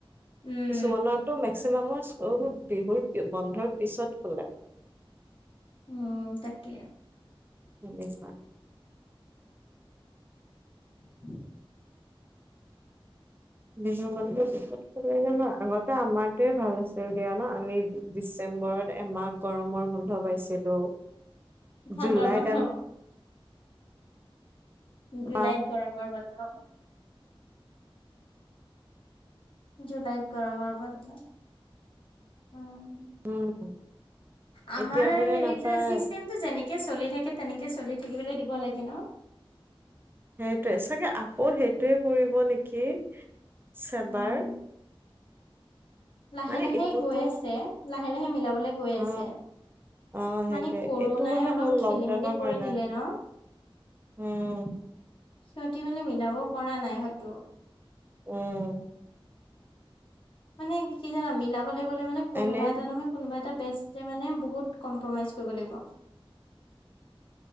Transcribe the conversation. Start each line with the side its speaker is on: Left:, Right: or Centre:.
Left: উম
Right: কিছুমানৰতো মেক্সিমামৰ বহুত বিহুৰ বন্ধৰ পিছত খোলে
Left: অহ তাকে
Right: সেনেকোৱা
Left: <unintelligible>
Right: বিহু বন্ধৰ পিছত খোলে ন আগতে আমাৰটোয়ে ভাল আছিল দিয়া ন আমি ডিচেম্বৰত এমাহ গৰমৰ বন্ধ পাইছিলো
Left: ঠাণ্ডাৰ
Right: জুলাইত
Left: বন্ধ
Right: এমাহ
Left: জুলাইত গৰমৰ বন্ধ জুলাইত গৰমৰ বন্ধ উম
Right: উম
Left: আমাৰ
Right: এতিয়াৰ বোৰে
Left: হেৰি
Right: নাপায়
Left: যে চিছটেম যেনেকে চলি থাকে তেনেকে চলি থাকিবলৈ দিব লাগে ন
Right: সেইটোৱে চাগে আকৌ সেইটোৱে কৰিব নেকি চেবাৰ
Left: উম, লাহে
Right: মানে
Left: লাহে
Right: এইটোতো
Left: গৈ আছে লাহে লাহে মিলাবলে গৈ
Right: অ
Left: আছে
Right: অ সেইটোয়ে
Left: মানে কৰোণাই
Right: এইটো মানে
Left: অলপ
Right: হ'ল লকডাউনৰ
Left: খেলি মেলি কৰি
Right: কাৰণে
Left: দিলে ন
Right: উম
Left: সিঁহতি মানে মিলাব পৰা নাই হয়তো
Right: উম
Left: মানে কি জানা মিলাবলে গ'লে মানে কোনোবা
Right: এনে
Left: এটা নহয় কোনোবা এটা বেষ্টে মানে বহু কম্প্ৰমাইজ কৰিব লাগিব